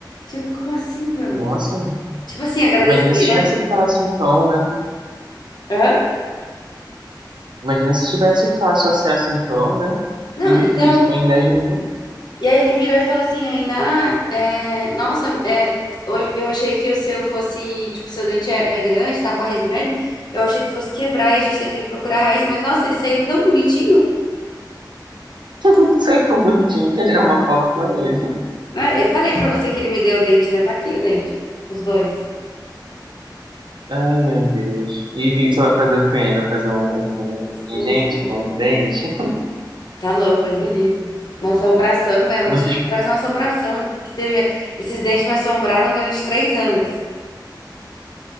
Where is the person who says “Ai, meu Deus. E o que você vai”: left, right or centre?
Right